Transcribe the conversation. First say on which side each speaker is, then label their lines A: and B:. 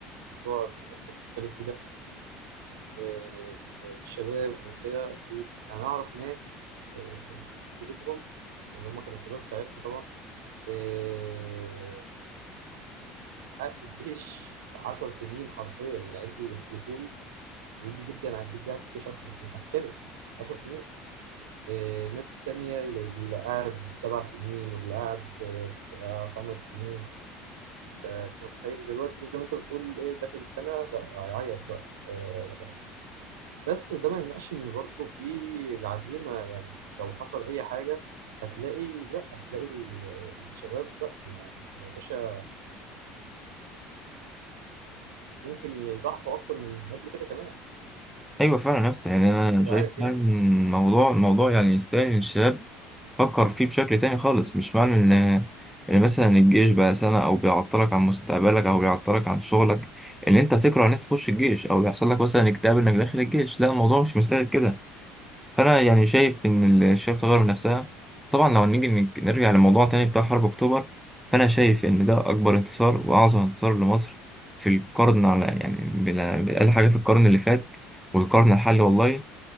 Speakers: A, on the right (about 85°); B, in the centre.
A: الموضوع اللي بتتكلم فيه ده آه، الشباب وكده انا اعرف ناس آه، جدودهم ان هم كانوا شباب ساعتها طبعا آه، قاعد في الجيش 10 سنين حرفيا العيال بيحلفوا لي بيقولوا لي جدا عن جدي قاعد في الجيش 10 سنين عسكري 10 سنين آه، ناس تانية اللي قاعد سبع سنين واللي قاعد آه، خمس سنين انت أنت متخيل دلوقتي زي ما انت بتقول ايه داخل سنة لا هيعيط بقى آه، بس ده ما يمنعش ان برضه في العزيمه يعني لو حصل اي حاجه هتلاقي لا هتلاقي ال- الشباب لا ما- يا باشا ممكن يضحوا اكتر من قبل كده كمان
B: أيوة فعلا يا اسطى يعني أنا
A: عشان تبقى
B: شايف
A: عارف
B: فعلا
A: يعني
B: الموضوع الموضوع يعني يستاهل إن الشباب فكر فيه بشكل تاني خالص مش معنى ان ان مثلا الجيش بقى سنة او بيعطلك عن مستقبلك او بيعطلك عن شغلك ان انت تكره ان انت تخش الجيش او بيحصل لك مثلا اكتئاب انك داخل الجيش لا الموضوع مش مستاهل كده فانا يعني شايف ان الشباب تغير من نفسها طبعا لو نيجي نك- نرجع لموضوع تاني بتاع حرب اكتوبر فانا شايف ان ده اكبر انتصار واعظم انتصار لمصر في القرن على يعني بال- باقل حاجة في القرن اللي فات والقرن الحالي والله